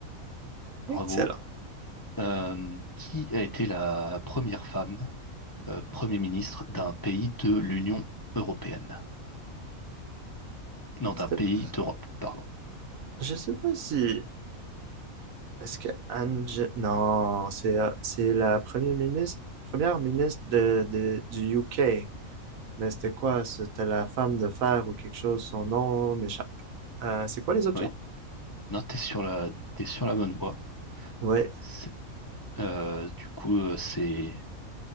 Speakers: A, on the left (about 30°); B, on the right (about 75°).
A: Bravo.
B: Excellent.
A: Euh, qui a été la première femme euh, Premier ministre d'un pays de l'Union européenne. Non,
B: C'était
A: d'un pays
B: pas...
A: d'Europe, pardon.
B: Je sais pas si... Est-ce que Ange... Non, c'est euh, c'est la première ministre... Première ministre de, de- du UK. Mais c'était quoi? C'était la femme de fer ou quelque chose. Son nom m'échappe. Euh, c'est quoi les options?
A: Oui, non, t'es sur la, t'es sur la bonne voie.
B: Ouais.
A: C'est- euh, du coup, euh, c'est,